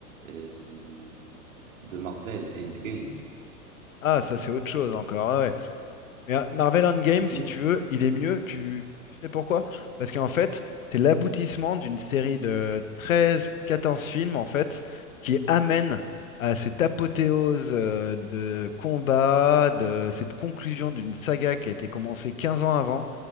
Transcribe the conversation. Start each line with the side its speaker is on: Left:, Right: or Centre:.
Right: euh, le- de Marvel Endgame.
Left: Ah, ça c'est autre chose encore. ah ouais. Mais euh, Marvel Endgame, si
Right: Non,
Left: tu veux, il est mieux. Tu, tu sais pourquoi? Parce qu'en fait, c'est l'aboutissement d'une série de treize, quatorze films, en fait, qui amène à cette apothéose euh, de combat, de cette conclusion d'une saga qui a été commencée 15 ans avant.